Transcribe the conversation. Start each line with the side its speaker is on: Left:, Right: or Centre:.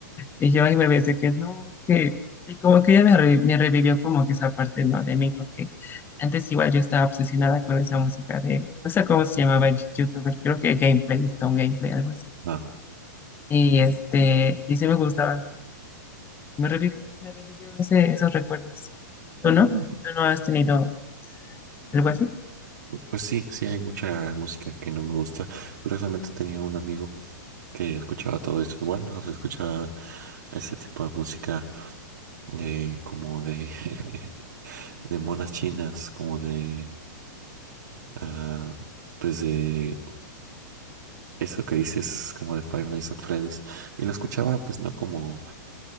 Left: Y yo ahí me ves que no, que... Y como que ella me, re- me revivió como que esa parte, ¿no? De mí, porque antes igual yo estaba obsesionada con esa música de, no sé cómo se llamaba el youtuber, creo que Gameplay, Stone Gameplay, algo así.
Right: Ah.
Left: Y este, y sí me gustaba. Me revivió, me revivió ese, esos recuerdos. ¿Tú
Right: Mm.
Left: no? ¿Tú no has tenido algo así?
Right: Pues sí, sí hay mucha música que no me gusta. Curiosamente tenía un amigo que escuchaba todo eso igual, o sea, escuchaba ese tipo de música de como de <laughs> de monas chinas, como de ah, pues de Eso que dices como de Five Nights at Freddy's. Y lo escuchaba pues no como,